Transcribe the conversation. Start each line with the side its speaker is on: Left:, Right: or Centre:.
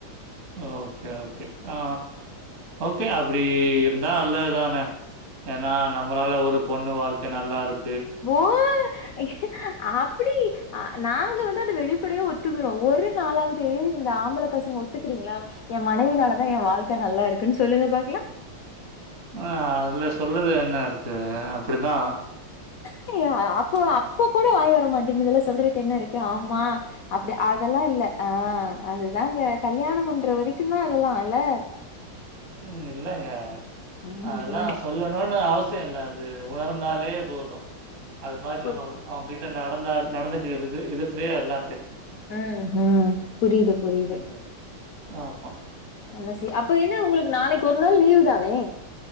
Right: ஓகே ஓகே ஆ ஓகே அப்டி இருந்தா நல்லதுதானே ஏன்னா நம்மளால ஒரு பொண்ணு வாழ்க்க நல்லாருக்
Left: <inaudible> அப் அப்டி அ நாங்க வந்து அது வெளிப்படையா ஒத்துக்குறோ ஒரு நாலாவது இந்த ஆம்பள பசங்க ஒத்துக்கிறீங்களா என் மனவினாலதா என் வாழ்க்க நல்லா இருக்குன்னு சொல்லுங்க பாக்கலா
Right: ம் அதுல சொல்றது என்ன இருக்கு அப்டித்தா
Left: <inaudible> அ அப்போ அப்போ கூட வாய் வரமாட்டேங்குதுல சொல்றக்கு என்ன இருக்கு ஆமா அப்டி அதெல்லா இல்ல ஆ அதுதாங்க கல்யாண பண்ற வரைக்கு தா அதெல்லா இல்ல
Right: ம் இல்லைங்க
Left: ம்,
Right: அதெல்லா
Left: ம்.
Right: சொல்லணுனு அவசி சிய இல்ல அது உணர்ந்தாலே போது அது மாரி
Left: பு
Right: நம்ம அவுங் அவுங்கிட்ட நடந்தா நடந்து <inaudible> விது விதத்திலயே எல்லா
Left: ம் ம் புரியுது புரியுது
Right: ம். ஆமா
Left: என்ன செய் அப்போ என்ன உங்களுக்கு நாளைக்கு ஒரு நாள் லீவு தானே